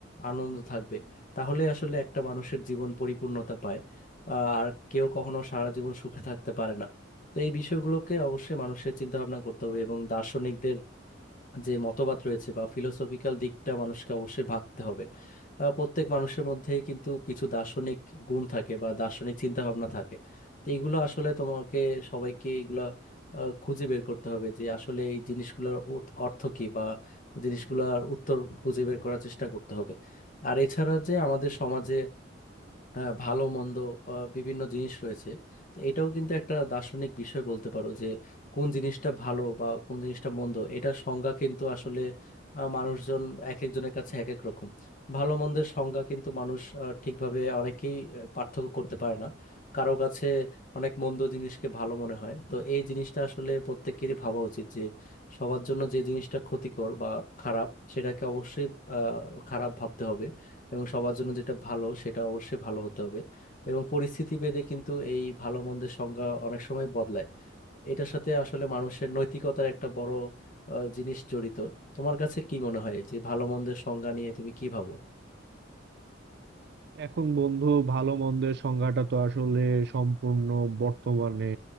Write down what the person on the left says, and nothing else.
আনন্দ থাকবে তাহলে আসলে একটা মানুষের জীবন পরিপূর্ণতা পায় আহ, আর কেউ কখনো সারা জীবন সুখে থাকতে পারে না তো এই বিষয়গুলোকে অবশ্যই মানুষের চিন্তা ভাবনা করতে হবে এবং দার্শনিকদের যে মতবাদ রয়েছে বা ফিলোসফিক্যাল দিকটা মানুষকে অবশ্যই ভাবতে হবে আহ, প্রত্যেক মানুষের মধ্যে কিন্তু কিছু দার্শনিক গুণ থাকে বা দার্শনিক চিন্তা ভাবনা থাকে তো এইগুলো আসলে তোমাকে সবাইকে এগুলা আহ, খুঁজে বের করতে হবে যে আসলে এই জিনিসগুলোর অর্থ অর্থ কী বা জিনিসগুলোর উত্তর খুঁজে বের করার চেষ্টা করতে হবে আর এছাড়া যে আমাদের সমাজে আহ, ভালো মন্দ আহ, বিভিন্ন জিনিস রয়েছে তো এটাও কিন্তু একটা দার্শনিক বিষয় বলতে পারো যে কোন জিনিসটা ভালো বা কোন জিনিসটা মন্দ এটা সংজ্ঞা কিন্তু আসলে আহ, মানুষজন এক একজনের কাছে এক এক রকম ভালো মন্দের সংজ্ঞা কিন্তু মানুষ আহ, ঠিকভাবে অনেকেই আহ, পার্থক্য করতে পারে না কারো কাছে অনেক মন্দ জিনিসকে ভালো মনে হয় তো এই জিনিসটা আসলে প্রত্যেকেরই ভাবা উচিত যে সবার জন্য যে জিনিসটা ক্ষতিকর বা খারাপ সেটাকে অবশ্যই আহ, খারাপ ভাবতে হবে এবং সবার জন্য যেটা ভালো সেটা অবশ্যই ভালো হতে হবে এবং পরিস্থিতি ভেদে কিন্তু এই ভালো মন্দের সংজ্ঞা অনেক সময় বদলায় এটার সাথে আসলে মানুষের নৈতিকতার একটা বড় আহ, জিনিস জড়িত তোমার কাছে কি মনে হয় যে ভালো মন্দের সংজ্ঞা নিয়ে তুমি কি ভাবো